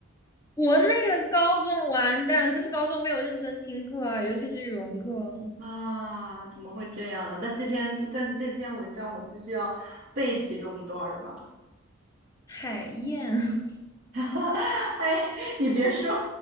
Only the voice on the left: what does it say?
国内的高中完蛋，可是高中没有认真听课啊，尤其是语文课。
海燕 <laughs>